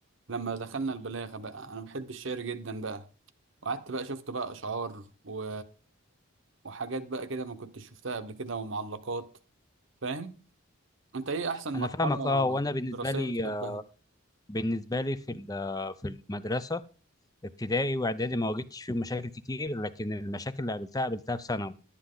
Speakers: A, on the right; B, on the left.
A: لما دخلنا البلاغة بقى انا بحب الشعر جدا بقى وقعدت بقى شفت بقى اشعار و... وحاجات بقى كده ما كنتش شفتها قبل كده ومعلقات فاهم انت ايه احسن مرحله
B: انا فاهمك اه وانا بالنسبه
A: دراسيه
B: لي
A: بتحبها
B: بالنسبه لي في ال- في المدرسه ابتدائي واعدادي ما واجهتش فيهم مشاكل كتير لكن المشاكل اللي قابلتها قابلتها في ثانوي